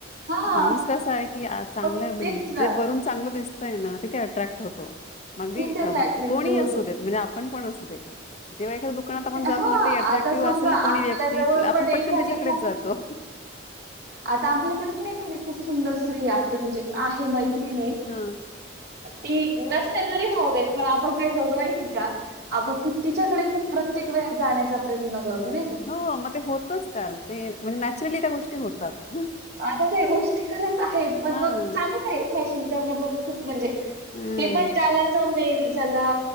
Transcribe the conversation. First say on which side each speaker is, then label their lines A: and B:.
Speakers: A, on the right (about 55°); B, on the left (about 35°).
A: हा
B: माणूस कसा आहे की. चांगलं
A: मग
B: म्हणजे
A: तेच ना
B: जे वरून चांगलं दिसतय ना ते. अ्रॅक्ट होतो. मग आगदी
A: तिथेच अट्रॅक्टिव्ह
B: कोणी असूदेत.
A: होत.
B: म्हणजे आपण पण असू दे. जेव्हा एखद दुकानात आपण जातो
A: हा
B: ना. ते अट्रॅक्टिव्ह
A: आता समजा
B: असेल ना कोणी
A: आपल्या
B: व्यक्ती
A: जवळ
B: आपण
A: पण एखादी
B: पटकन तिच्याकडेच
A: खूप
B: जातो.
A: आता आपल्याकडे पण नाही खूप सुंदर स्त्री. आहे आपले म्हणजे आहे मैत मैत्रिणी.
B: हां.
A: ती नस जरी भाव देत. पण आपण काय करतोय माहिती ये का आपण ती तिच्याकडे खूप प्रत्येक. तिच्याकडे जाण्याचा प्रयत्न करतो. नाही का?
B: हो मग ते होतच कारण. ते म्हणजे नॅचरली त्या गोष्टी होतात. हं,
A: आता ते गोष्टी खरंच आहेत. पण
B: हां.
A: मग चांगलंच आहे फॅशन करणं पण खूप म्हणजे.
B: हं.
A: ते पण ज्यालाला जमेल. ज्याला